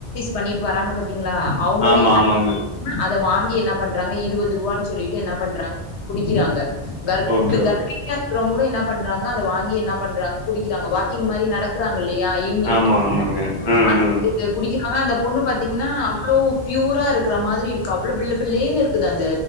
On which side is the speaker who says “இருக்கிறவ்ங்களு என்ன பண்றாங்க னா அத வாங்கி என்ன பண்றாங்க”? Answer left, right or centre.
Left